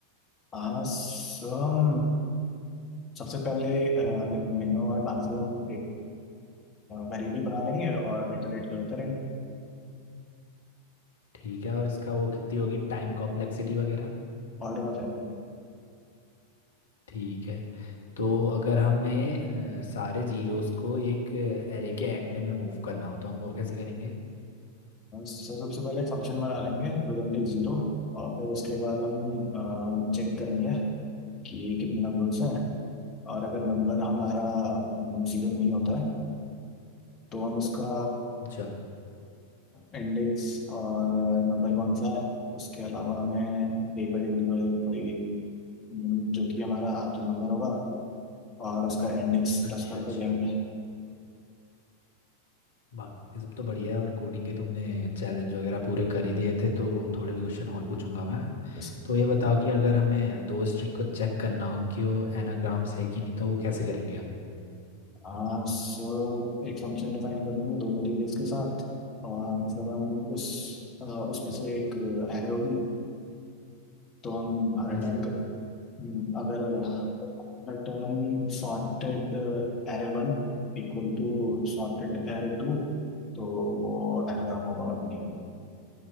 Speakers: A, on the left; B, on the left.
A: आसम सबसे पहले लाइक मिनिमम और मैक्सिमम एक वेरिएबल बना लेंगे और इटरेट करते रहेंगे
B: ठीक है और इसका वो कितनी होगी टाइम कॉम्प्लेक्सिटी वगैरह
A: Order of N
B: ठीक है तो अगर हमें अ, सारे जीरोस को एक एरे के एंड में मूव करना हो तो हम वो कैसे करेंगे
A: सर सबसे पहले एक फंक्शन बना लेंगे विद इंडेक्स जीरो और फिर उसके बाद हम चेक करेंगे कि कितने नंबर्स हैं और अगर नंबर हमारा जीरो नहीं होता है तो हम उसका
B: अच्छा
A: इंडेक्स और नंबर कौन सा है उसके अलावा हमें एक वेरिएबल की जरूरत पड़ेगी हम्म, जो कि हमारा आखिरी नंबर होगा और उसका इंडेक्स प्लस
B: अच्छा
A: करके
B: अच्छा
A: देंगे
B: बाकी सब तो बढ़िया है और कोडिंग के तुमने चैलेंज वगैरह पूरे कर ही दिए थे तो थोड़े क्वेश्चन और पूछूंगा मैं
A: इसके।
B: तो ये बताओ कि अगर हमें दो स्ट्रिंग को चेक करना हो कि वो एनाग्राम्स है कि नहीं तो वो कैसे करेंगे हम
A: हाँ सो एक फंक्शन डिफाइन कर लेंगे दो वेरिएबल्स के साथ और फिर हम उस अ, उसमें से एक एरे होगी तो हम रिटर्न
B: अच्छा
A: कर, हम्म, अगर return sorted array one equal to sorted array two तो वो एनाग्राम होगा वन नहीं होगा।